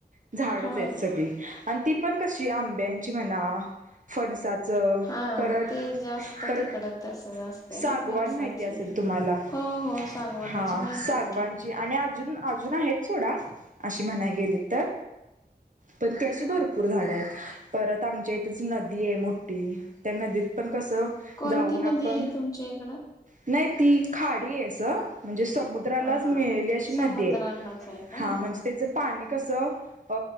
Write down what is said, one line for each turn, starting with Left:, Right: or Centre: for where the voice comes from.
Right: च झाडंच
Left: होय
Right: आहेत सगळी, आणि ती पण कशी आंब्या ची म्हना. फणसाचं
Left: हा
Right: परत
Left: ते जास्त
Right: परत
Left: तिकड तसच असते
Right: सागवान
Left: ना फणसाची
Right: माहिती असेल तुम्हाला
Left: हो हो सागवानाची
Right: हा दे
Left: माहितीत
Right: सागवानची,
Left: की
Right: आणि अजून अजून आहेत सोडा अशी म्हणाय गेली तर. पण ती अशी भरपूर झाडं आहेत, परत आमच्या इथंच नदी आहे, मोठी त्या नदीत पण. कस
Left: कोणती
Right: जाऊन
Left: नदी
Right: आपण
Left: आहे तुमच्या इकडं?
Right: नाही ती खाडी आहे असं. म्हणजे समुद्रालाच
Left: हा हा.
Right: मिळेली अशी नदी
Left: समुद्रालाच
Right: आहे,
Left: आहे का
Right: हा म्हणजे. त्याच पाणी कसं अ